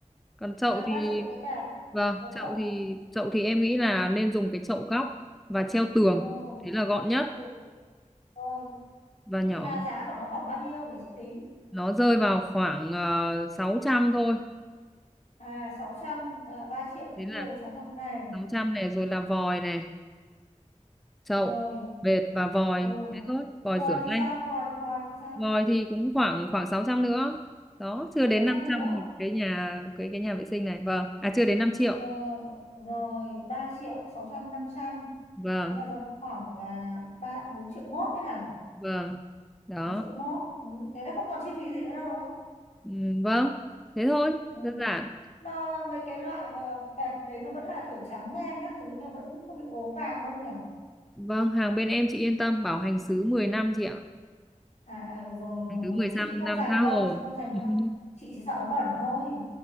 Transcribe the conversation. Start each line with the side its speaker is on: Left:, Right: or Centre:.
Centre: còn chậu
Left: à,
Centre: thì
Left: ba triệu một cái bệt
Centre: vâng
Left: còn
Centre: chậu
Left: chậu
Centre: thì chậu thì em nghĩ là nên dùng cái chậu góc và treo tường
Left: ừ
Centre: thế là gọn nhất
Left: ừ rồi
Centre: và nhỏ
Left: thì là giá của nó khoảng bao nhiêu để chị tính
Centre: nó rơi vào khoảng uh, 600 thôi
Left: à 600 à, 3 triệu cái
Centre: thế là
Left: kia rồi 600 này
Centre: 600 này rồi là vòi này chậu
Left: rồi
Centre: bệt và vòi
Left: ừ
Centre: thế thôi vòi
Left: vòi
Centre: rửa
Left: thì
Centre: tay
Left: sao vòi vòi thì sao
Centre: vòi thì cũng khoảng khoảng 600 nữa đó chưa đến
Left: 600
Centre: năm
Left: nữa
Centre: trăm một cái nhà cái cái nhà vệ sinh này vâng à chưa đến năm triệu
Left: rồi rồi 3 triệu sáu trăm năm trăm
Centre: vâng
Left: thế là ra khoảng là ba 4 triệu mốt đấy hả
Centre: vâng đó
Left: bốn triệu mốt ừ. đấy là không còn chi phí gì nữa đâu đúng không
Centre: Ừ, vâng, thế thôi,
Left: ừ.
Centre: đơn giản.
Left: mà mấy cái loại mà bẹt đấy nó vẫn là kiểu tráng men các thứ nó vẫn không bị ố vàng đâu nhỉ
Centre: Vâng, hàng bên em chị yên tâm, bảo hành xứ 10 năm chị ạ.
Left: à, à rồi, rồi
Centre: Hàng thứ
Left: rồi
Centre: 15
Left: chị thì không
Centre: năm
Left: dành
Centre: tha
Left: đâu
Centre: hồ.
Left: chị không dành
Centre: <laughs>
Left: đâu chị chỉ sợ nó bẩn thôi